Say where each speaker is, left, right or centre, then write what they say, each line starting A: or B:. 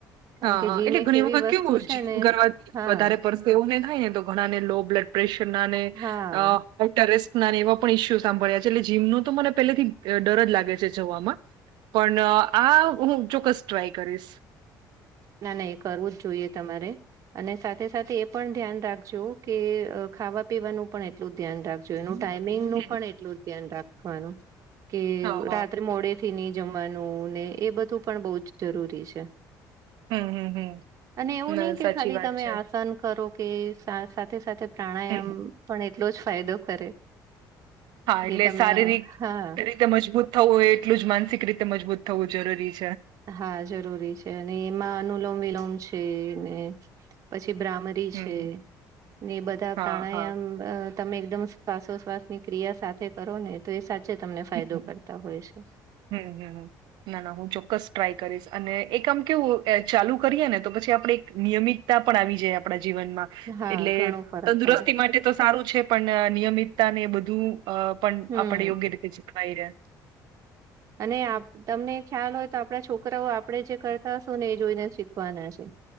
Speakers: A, on the right (about 45°); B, on the right (about 75°).
A: કારણ
B: હા
A: કે
B: હા
A: જીમ
B: એટલે
A: એક
B: ઘણી
A: એવી
B: વખત
A: વસ્તુ
B: કેવું
A: છે
B: જીમ
A: ને
B: કરવાથી
A: હા
B: વધારે પરસે એવું ની થાય ને તો ઘણા ને લો બ્લડ પ્રેશર ના ને
A: હા.
B: હાઈટરેસ્ટ ના એવા પણ ઈસ્યુ સાંભળ્યા છે એટલમો તો મને પેલેથી ડર જ લાગે છે. જવામાં, પણ આ હું ચોક્કસ ટ્રાય કરીશ.
A: ના ના એ કરવું જ જોઈએ તમારે. અને સાથે સાથે એ પણ ધ્યાન રાખજો કે ખાવા પીવાનું પણ એટલું ધ્યાન રાખજો એનું. ટાઈમિંગ નું
B: હમ
A: પણ એટલું ધ્યાન રાખવાનું, કે
B: હા હા
A: રાત્રે મોડે થી ની જમવાનું ને એ બધું પણ બહ જ જરૂરી છે.
B: હમ હમ હમ
A: અને એવું
B: ના
A: નહી કે
B: સાચી
A: ખાલી
B: વાત
A: તમે
B: છે
A: આસન કરો. કે સાથે સાથે પ્રાણાયામ
B: હમ
A: પણ એટલો જ ફાયદો કરે.
B: હા એટલે
A: કે તમે
B: શારીરિક
A: અ, હા
B: રીતે મજબૂત થવું હોય એટલું જ માનસિક રીતે મજબૂત થવું જરૂરી છે.
A: હા જરૂરી છે અને એમાં અનુલોમ વિલોમ છે ને, પછી જે બ્રામરી
B: હમ
A: છે,
B: હમ
A: ને બધા
B: હા
A: પ્રાણાયામ
B: હા
A: તમે એકદમ શ્વાસોશ્વાસની ક્રિયા સાથે કરો ને તો એ ચે તમને ફાયદો
B: હમ
A: કરતા હોય છે.
B: હમ હમ ના ના હું ચોક્કસ ટ્રાય કરીશ અને એ કામ કેવું ચાલુ કરીએ ને તો પછી આપ નિયમિતતા પણ આવી જાય આપડા જીવનમાં,
A: હા
B: એટલે
A: ઘણો ફરક
B: તંદુરસ્તી
A: પડે
B: માટે તો સારું છે પણ નિયમિતતા ને બધું અહ પણ
A: હમ
B: આપડા યોગ્ય રીતે જળવાઈ રહે.
A: અને તમને ખ્યાલ હોય તો આપણા છોકરાઓ આપણેે જે કરતા હશું ને એ જોઈને શીખવાના છે.